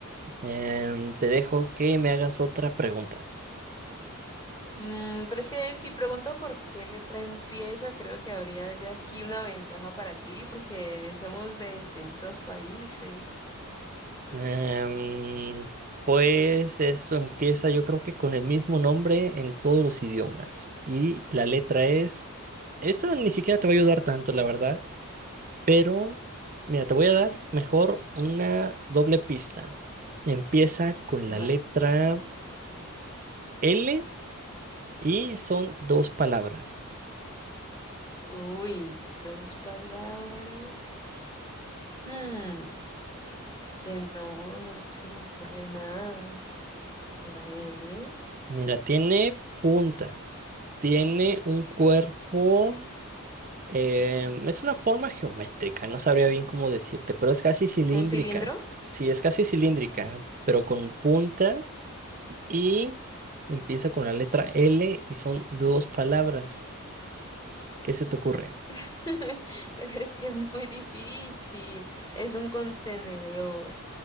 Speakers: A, on the right; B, on the left.
A: Em, te dejo que me hagas otra pregunta.
B: Mm, pero es que si pregunto por qué letra empieza, creo que habría ya aquí una ventaja para ti, porque somos de distintos países.
A: Em, pues eso empieza, yo creo que con el mismo nombre en todos los idiomas. Y la letra es. Esta ni siquiera te va a ayudar tanto, la verdad. Pero, mira, te voy a dar mejor una doble pista. Empieza con
B: Va.
A: la letra L y son dos palabras.
B: Uy, dos palabras. Mm, es que no, no se me ocurre nada. La L.
A: Mira, tiene punta, tiene un cuerpo. Em, es una forma geométrica, no sabría bien cómo decirte, pero es casi cilíndrica.
B: ¿Un cilindro?
A: Sí, es casi cilíndrica, pero con punta y empieza con la letra L y son dos palabras. ¿Qué se te ocurre?
B: <laughs> Pero es que es muy difícil. Es un contenedor.